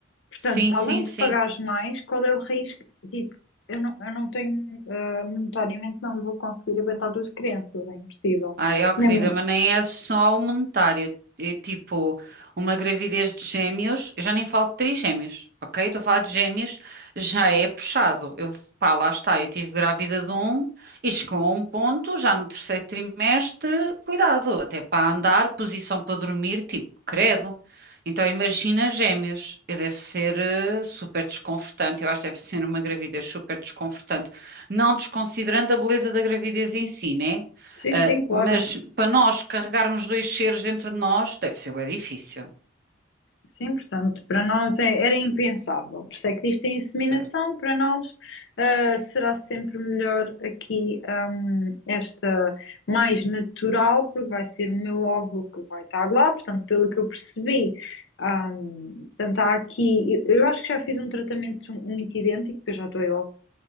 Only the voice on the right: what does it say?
Sim,
sim,
sim.
Ai, ó querida,
mas nem é só o monetário. É tipo, uma gravidez de gêmeos, eu já nem falo de trigêmeos, ok? Estou a falar de gêmeos, já é puxado. Eu, pá, lá está, eu tive grávida de um e chegou a um ponto, já no terceiro trimestre, cuidado, até para andar, posição para dormir, tipo, credo. Então imagina gêmeos, eu deve ser eh, super desconfortante, eu acho que deve ser uma gravidez super desconfortante, não desconsiderando a beleza da gravidez em si, né?
Ah,
mas para nós carregarmos dois seres dentro de nós, deve ser bem difícil.
Certo.